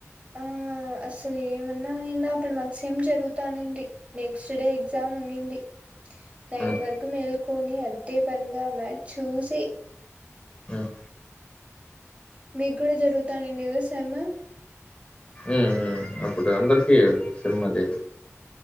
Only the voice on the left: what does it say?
ఉమ్
ఉమ్
ఉమ్ అప్పుడు అందరికిీ సేమ్ అది